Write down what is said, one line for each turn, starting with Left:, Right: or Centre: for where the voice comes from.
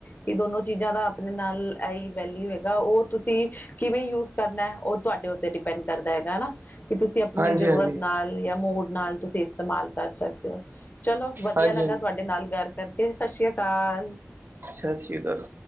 Left: ਕਿ ਦੋਨੋ ਚੀਜ਼ਾਂ ਦਾ ਆਪਣੇ ਨਾਲ ਆਈ ਵੈਲਿਊ ਹੈਗਾ, ਉਹ ਤੁਸੀਂ? ਤੁਸੀ ਕਿਵੇਂ ਯੂਜ ਕਰਨਾ, ਉਹ ਤੁਹਾਡੇ ਉੱਤੇ ਡਿਪੈਂਡ ਕਰਦਾ ਹੈਗਾ ਹਨਾ। ਕਿ ਤੁਸੀਂ ਆਪਣੀ
Right: ਹਾਂਜੀ
Left: ਜ਼ਰੂਰਤ
Right: ਹਾਂਜੀ
Left: ਨਾਲ ਜਾਂ ਮੋੜ ਨਾਲ ਤੁਸੀਂ ਇਸਤੇਮਾਲ ਕਰ ਸਕਦੇ ਹੋ, ਚਲੋ ਵਧੀਆ
Right: ਹਾਂਜੀ
Left: ਲੱਗਾ,
Right: ਹਾਂਜੀ
Left: ਤੁਹਾਡੇ ਨਾਲ ਗੱਲ ਕਰਕੇ ਸਤਿ ਸ਼੍ਰੀ ਅਕਾਲ।
Right: ਸਤਿ ਸ੍ਰੀ ਅਕਾਲ,